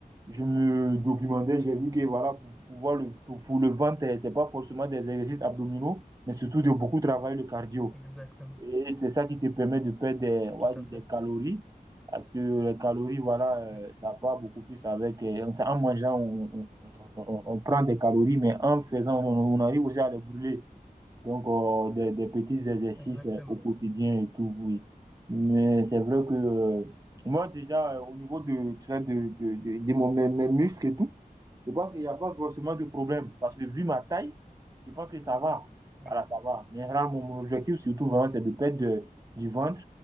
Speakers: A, on the right; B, in the centre.
A: je me documentais, j'ai vu que, voilà, pour pouvoir le, pour, pour le ventre, euh, c'est pas forcément des exercices abdominaux, mais surtout de beaucoup travailler le cardio.
B: Exactement.
A: Et c'est ça qui te permet de perdre des, on
B: Tout
A: va dire
B: à fait.
A: des calories, parce que les calories, voilà,
B: Oui,
A: euh, ça part beaucoup plus avec, euh, en en mangeant, on, on, on, on- on prend des calories, mais en faisant, on on arrive aussi à les brûler. Donc, euh, des, des petits exercices
B: exactement.
A: euh, au quotidien et tout, oui. Mais c'est vrai que euh, moi, déjà, euh, au niveau de, tu sais, de, de, de, de mon- mes, mes muscles et tout, je pense qu'il n'y a pas forcément de problème
B: Oui,
A: parce que vu ma taille, je pense que ça va.
B: oui,
A: Voilà, ça va. Mais là, mon, mon objectif, surtout, vraiment, c'est de perdre de- du ventre.